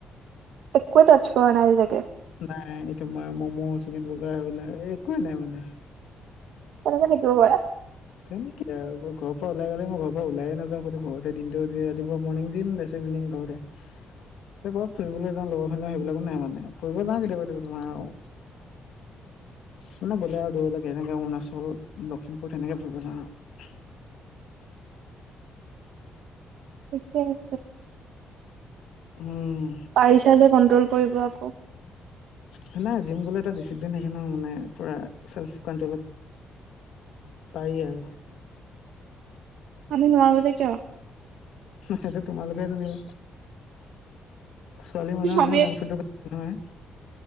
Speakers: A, on the right; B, on the left.
A: একো তচ কৰা নাই তেনেকে।
B: নাই এইটোমাৰ ম'ম' চিকেন বগাৰ এইবিলাক একোৱেই নাই মানে।
A: কেনেকে থাকিব পাৰা?
B: ঘৰ লাই গ'লে, মই ঘৰ পৰা ওলাইে নাযাওঁ, ঘৰ দিনটো যে ৰাপুৱা মৰ্িং যিম তাৰপিছত িনং ঘৰে। যে ক'াত ফুৰিবলৈ যাওঁ লগৰ ধ সেইবিলাকো নাই মানে, ফুৰিব যাওঁ কেতিয়াবা কেতিয়াবা তোমাৰ আৰু। মানে গ'লে আৰু দূৰলৈকে এনেকে অৰুণাচল লখিমপুৰ তেনেকে ফুৰিবলৈ যাওঁ আৰু।
A: <unintelligible>
B: উম
A: পাৰিছা যে কন্ট্ৰল কৰিব আকৌ।
B: হয় নাই জিম গ'লে এটা ডিচিপ্লিন থাকে ন মানে পুৰা চেল্ফ কনট্ৰলত। পাৰি আৰু।
A: আমি নোৱাৰো যে কিয়?
B: সেটো তোমালোকে হে জানিব। ছোৱালী মানুহ হয়
A: আমি
B: ন জাংক ফুড দ মানুহ হয়।